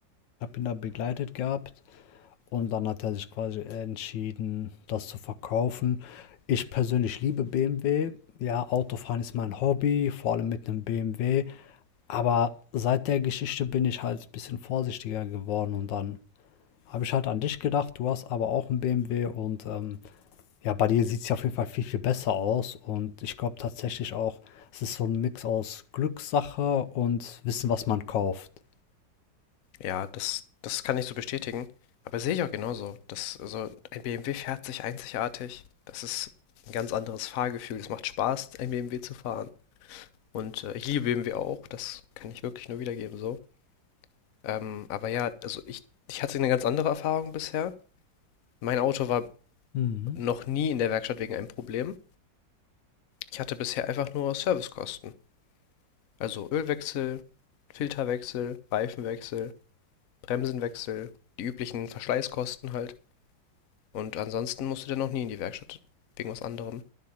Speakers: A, on the left; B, on the left.
A: habe ihn da begleitet gehabt. Und dann hat er sich quasi entschieden, das zu verkaufen. Ich persönlich liebe BMW. Ja, Autofahren ist mein Hobby, vor allem mit einem BMW. Aber seit der Geschichte bin ich halt ein bisschen vorsichtiger geworden und dann habe ich halt an dich gedacht. Du hast aber auch einen BMW und ähm, ja, bei dir sieht es ja auf jeden Fall viel, viel besser aus. Und ich glaube tatsächlich auch, es ist so ein Mix aus Glückssache und Wissen, was man kauft.
B: Ja, das, das kann ich so bestätigen. Aber sehe ich auch genauso. Das, also ein BMW fährt sich einzigartig. Das ist ein ganz anderes Fahrgefühl. Es macht Spaß, ein BMW zu fahren. Und äh, ich liebe BMW auch. Das kann ich wirklich nur wiedergeben so. Ähm, aber ja, also ich, ich hatte eine ganz andere Erfahrung bisher. Mein Auto war
A: Mhm.
B: noch nie in der Werkstatt wegen einem Problem. Ich hatte bisher einfach nur Servicekosten. Also Ölwechsel, Filterwechsel, Reifenwechsel, Bremsenwechsel, die üblichen Verschleißkosten halt. Und ansonsten musste der noch nie in die Werkstatt. Wegen was anderem.